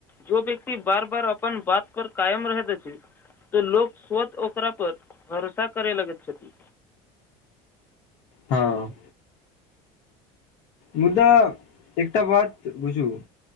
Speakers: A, on the left (about 15°); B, on the left (about 50°).
A: जो व्यक्ति बार बार अपन बात पर कायम रहैत अछि त लोक स्वत ओकरा पर भरोसा करे लगेत छथि
B: हँ मुदा एकटा बात बुझू